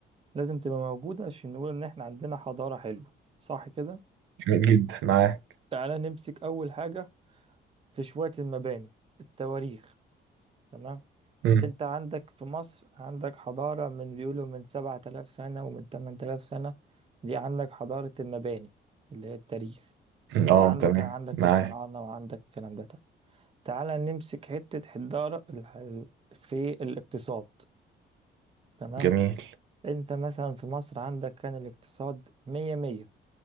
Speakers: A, on the right; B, on the right.
A: لازم تبقى موجودة عشان نقول ان احنا عندنا حضارة حلوة صح كده
B: جميل جدا معاه
A: تعالى نمسك اول حاجة في شوية المباني التواريخ تمام
B: مم.
A: انت عندك في مصر عندك حضارة من بيقولوا من سبعة آلاف سنة ومن تمن آلاف سنة دي عندك حضارة المباني اللي هي التاريخ
B: مم.
A: انت
B: اه
A: عندك
B: تمام
A: كان عندك
B: معاه
A: الفراعنة وعندك الكلام ده طب تعالى نمسك حتة حدارة ال- ال- في الاقتصاد تمام
B: جميل
A: انت مثلا في مصر عندك كان الاقتصاد مية مية